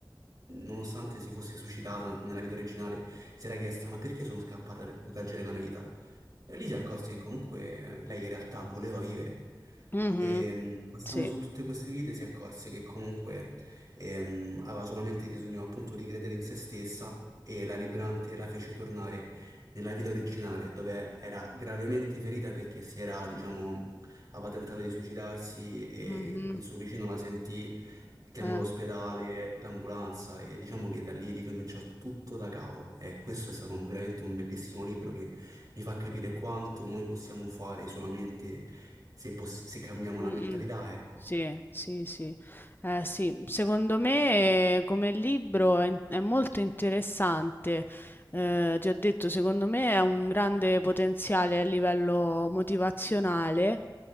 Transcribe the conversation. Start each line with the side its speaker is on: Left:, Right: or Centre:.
Right: nonostante si fosse suicidata nella vita originale, si era chiesta: ma perché sono scappata per proteggere la mia vita? E lì si accorse che comunque eh, lei in realtà voleva vivere.
Left: Mh-mh.
Right: E mh, passando
Left: Sì.
Right: su tutte queste vite si accorse che comunque ehm, aveva solamente bisogno appunto di credere in se stessa e la Librante la fece tornare nella vita originale dove era gravemente ferita perché si era, diciamo, aveva tentato di suicidarsi e
Left: Mh-mh.
Right: il suo vicino la sentì, chiamò
Left: Eh.
Right: l'ospedale, l'ambulanza e diciamo che da lì ricominciò tutto da capo. E questo è stato un- veramente un bellissimo libro mi fa capire quanto noi possiamo fare solamente se, poss- se cambiamo
Left: Mh-mh.
Right: la mentalità, ecco.
Left: Sì, sì, sì. Eh sì, secondo me eh, come libro è in è molto interessante. Ehm, ti ho detto, secondo me ha un grande potenziale a livello motivazionale.